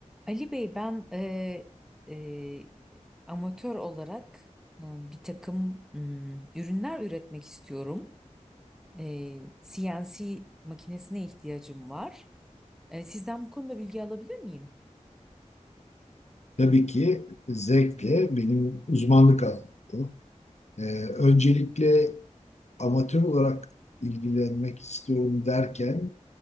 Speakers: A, in the centre; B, on the left.
A: Ali Bey ben e, e, amatör olarak e, bir takım m, ürünler üretmek istiyorum. E, CNC makinesine ihtiyacım var. E, sizden bu konuda bilgi alabilir miyim?
B: Tabii ki zevkle benim uzmanlık alanım. bu. Ee, öncelikle amatör olarak ilgilenmek istiyorum derken